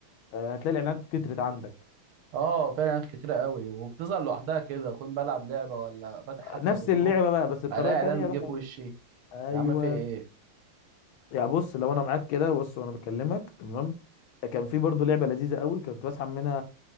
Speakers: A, on the left (about 75°); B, on the right (about 80°).
A: آه، هتلاقي الاعلانات كترت عندك
B: أه فعلا ناس كتيرة أوي وبتظهر لوحدها كده أكون بلعب لعبة ولا فاتح
A: آه،
B: حتى
A: نفس
B: فيسبوك
A: اللعبه بقى بس بطريقه
B: ألاقي
A: تانيه
B: إعلان
A: رحنا
B: جه في
A: قال
B: وشي
A: لك ايوه
B: يا عم في إيه
A: يعني بص لو انا معاك كده بص وانا بكلمك تمام كان في برضه لعبه لذيذه قوي كنت بسحب منها